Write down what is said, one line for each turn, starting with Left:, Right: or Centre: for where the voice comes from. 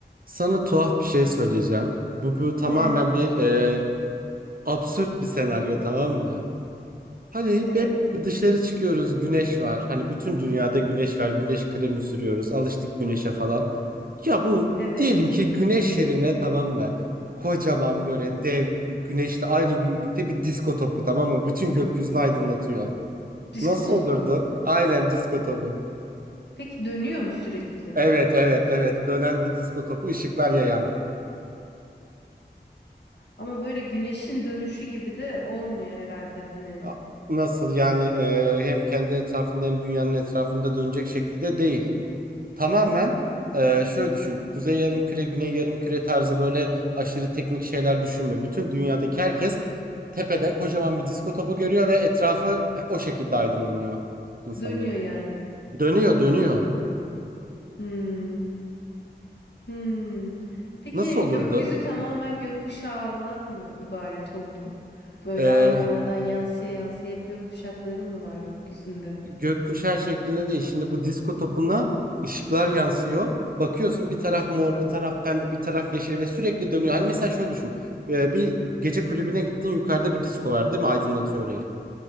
Right: Sana tuhaf bir şey söyleyeceğim. Bu, bu tamamen
Left: Ne?
Right: bir e, absürt bir senaryo tamam mı? Hani hep,
Left: Evet.
Right: hep dışarı çıkıyoruz güneş var. Hani bütün dünyada güneş var. Güneş kremi sürüyoruz. Alıştık güneşe falan. Ya bu
Left: Evet.
Right: diyelim ki güneş yerine tamam mı? Kocaman böyle dev güneşte aynı büyüklükte bir disko topu tamam mı? Bütün gökyüzünü aydınlatıyor.
Left: Disko
Right: Nasıl
Left: topu.
Right: olurdu? Aynen disko topu.
Left: Peki dönüyor mu sürekli?
Right: Evet evet evet dönen bir disko topu ışıklar yayan.
Left: Ama böyle güneşin dönüşü gibi de olmuyor herhalde hani.
Right: Ya, Nasıl yani e, hem kendi etrafında hem dünyanın etrafında dönecek şekilde değil. Tamamen e, şöyle düşün. Kuzey yarımküre, güney yarımküre tarzı böyle aşırı teknik şeyler düşünme. Bütün dünyadaki herkes tepede kocaman bir disko topu görüyor ve etrafı o şekilde aydınlanıyor insanların.
Left: Dönüyor yani.
Right: Dönüyor, dönüyor.
Left: Hmm. Hmm. Peki
Right: Nasıl olurdu?
Left: gökyüzü tamamen gökkuşağından mı ibaret oldu? Böyle
Right: E,
Left: aynalardan yansıya yansıya hep gökkuşakları mı var gökyüzünde?
Right: gökkuşağı şeklinde değil. Şimdi bu disko topuna ışıklar yansıyor. Bakıyorsun bir taraf mor, bir taraf pembe, bir taraf yeşil ve sürekli dönüyor. Hani mesela şöyle düşün. Ee, bir gece kulübüne gittin yukarıda bir disko var değil mi? Aydınlatıyor orayı.